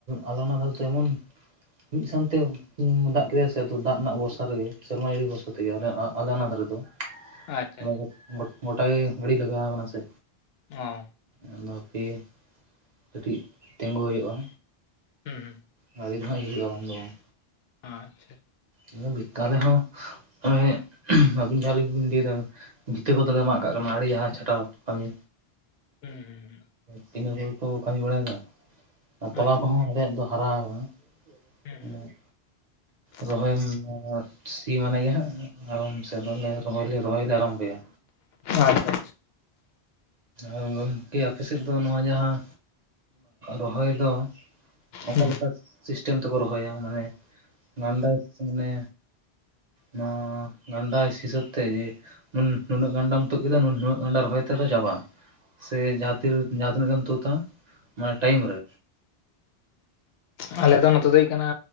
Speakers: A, on the right; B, on the left.
A: ᱟᱞᱮ ᱚᱱᱟ ᱫᱷᱟᱨᱮ ᱫᱚ ᱮᱢᱚᱱ, ᱢᱤᱫ ᱥᱟᱶᱛᱮ <unintelligible> ᱫᱟᱜ ᱠᱮᱫᱟᱭ ᱥᱮ ᱫᱟᱜ ᱨᱮᱱᱟᱜ ᱵᱷᱚᱨᱥᱟ ᱨᱮᱜᱮ ᱥᱮᱨᱢᱟ ᱡᱟᱹᱲᱤ ᱵᱷᱚᱨᱥᱟ ᱛᱮᱜᱮ ᱟᱞᱮ ᱚᱱᱟ ᱫᱷᱟᱨᱮ ᱫᱚ,
B: ᱟᱪᱪᱷᱟ
A: ᱚᱱᱮ
B: ᱟᱪᱪᱷᱟ
A: ᱜᱚᱴ ᱜᱚᱴ ᱜᱚᱴᱟ ᱜᱮ ᱜᱟᱹᱰᱤ ᱞᱟᱜᱟᱣ ᱠᱟᱱᱟ ᱥᱮ
B: ᱦᱚ
A: ᱟᱫᱚ ᱦᱟᱯᱮ ᱠᱟᱹᱴᱤᱡ ᱛᱤᱸᱜᱳ ᱦᱳᱭᱳᱜᱼᱟ,
B: ᱦᱩᱸ ᱦᱩᱸ
A: ᱜᱟᱹᱰᱤ ᱦᱚᱸ ᱦᱤᱡᱩᱜᱼᱟ ᱵᱟᱝ ᱫᱚ ᱵᱟᱝ
B: ᱚᱱᱟ ᱟᱪᱪᱷᱟ
A: ᱚᱱᱮ ᱵᱮᱠᱟᱞᱮ ᱦᱚᱸ <unintelligible> ᱟᱹᱵᱤᱱ ᱡᱟᱦᱟ ᱨᱮᱵᱮᱱ ᱞᱟᱹᱭᱮᱫᱟ ᱵᱤᱱ ᱵᱷᱤᱛᱟᱹ ᱠᱚᱫᱚᱞᱮ ᱢᱟᱜ ᱠᱟᱜ ᱠᱟᱱᱟ ᱟᱹᱲᱤ ᱡᱟᱦᱟᱸ ᱪᱷᱟᱴᱟᱣ ᱠᱟᱹᱢᱤ
B: ᱦᱩᱸ ᱦᱩᱸ ᱦᱩᱸ
A: ᱛᱤᱦᱤᱧ ᱦᱚᱭ ᱠᱚ ᱠᱟᱹᱢᱤ ᱵᱟᱲᱟᱭᱮᱫᱟ ᱟᱨ ᱛᱚᱞᱟ
B: ᱟᱪᱪᱷᱟ
A: ᱠᱚᱦᱚᱸ ᱟᱞᱮᱭᱟᱜ ᱫᱚ ᱦᱟᱨᱟ ᱟᱠᱟᱱᱟ,
B: ᱦᱩᱸ
A: ᱚᱱᱮ
B: ᱦᱩᱸ <inaudible>
A: ᱨᱚᱦᱚᱭ <unintelligible> ᱥᱤ ᱢᱟᱱᱮ ᱜᱮ ᱦᱟᱸᱜ ᱟᱨᱚᱢ ᱥᱮ ᱫᱚᱢᱮ ᱨᱚᱦᱚᱭ ᱞᱮ ᱨᱚᱦᱚᱭᱞᱮ ᱟᱨᱟᱢ ᱵᱚᱭᱟ
B: ᱟᱪᱪᱷᱟ
A: ᱟᱨ ᱜᱚᱢᱠᱮ ᱟᱯᱮ ᱥᱮᱫ ᱫᱚ ᱱᱚᱣᱟ ᱡᱟᱦᱟᱸ ᱨᱚᱦᱚᱭ ᱫᱚ ᱚᱠᱟᱮᱠᱟ
B: ᱦᱩᱸ
A: ᱥᱤᱥᱴᱮᱢ ᱛᱮ ᱠᱚ ᱨᱚᱦᱚᱭᱟ ᱢᱟᱱᱮ ᱜᱟᱱᱰᱟ ᱥᱮ ᱢᱟᱱᱮ ᱱᱚᱣᱟ ᱜᱟᱱᱰᱟ ᱦᱤᱥᱟᱹᱵ ᱛᱮ ᱡᱮ ᱦᱩᱸ ᱱᱩᱱᱟᱹᱜ ᱜᱟᱱᱰᱟᱢ ᱛᱩᱫ ᱠᱮᱫᱟ ᱱᱩᱱᱟᱹᱜ ᱜᱟᱱᱰᱟ ᱨᱚᱦᱚᱭ ᱛᱮᱫᱚ ᱪᱟᱵᱟᱜ-ᱟ ᱥᱮ ᱡᱟᱦᱟᱸ ᱛᱤ ᱡᱟᱦᱟᱸ ᱛᱤᱱᱟᱹᱜ ᱜᱮᱢ ᱛᱩᱫᱟ ᱚᱱᱟ ᱴᱟᱭᱤᱢ ᱨᱮ
B: ᱟᱞᱮ ᱫᱚ ᱱᱚᱛᱮ ᱫᱚ ᱦᱩᱭᱩᱜ ᱠᱟᱱᱟ